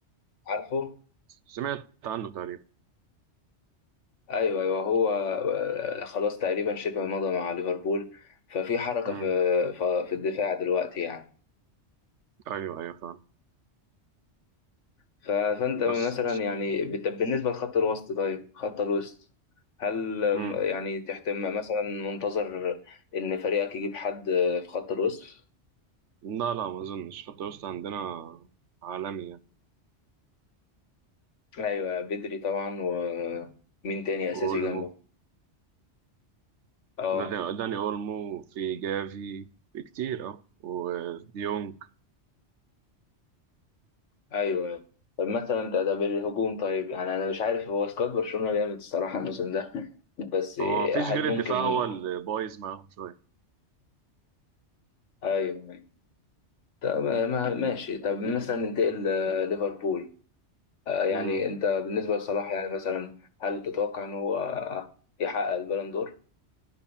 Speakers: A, on the left; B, on the right.
A: عارفه
B: سمعت عنه تقريبا
A: ايوه ايوه هو آه، خلاص تقريبا شبه مضى مع ليفربول ففي حركه
B: مم.
A: في ف- في الدفاع دلوقتي يعني
B: أيوه أيوه فاهم
A: ف- فانت
B: بس
A: مثلا يعني بت- بالنسبه لخط الوسط طيب خط الوسط هل آم،
B: مم.
A: يعني تحتم مثلا منتظر ان فريقك يجيب حد آه، في خط الوسط
B: لا لا ما اظنش خط الوسط عندنا عالمي يعني
A: ايوه بدري طبعا ومين تاني اساسي
B: اولمو
A: جنبه اه
B: داني داني اولمو في جافي في كتير اه وديونج
A: ايوه طب مثلا ده ده بالهجوم طيب يعني انا مش عارف هو سكواد برشلونه جامد الصراحه الموسم ده بس
B: هو ما فيش
A: هل
B: غير
A: ممكن
B: الدفاع هو اللي بايظ معاهم شويه
A: ايوه ايوه طب ما- ماشي طب مثلا ننتقل ليفربول آه، يعني
B: مم.
A: انت بالنسبه لصلاح يعني مثلا هل تتوقع ان هو آه، يحقق البالون دور؟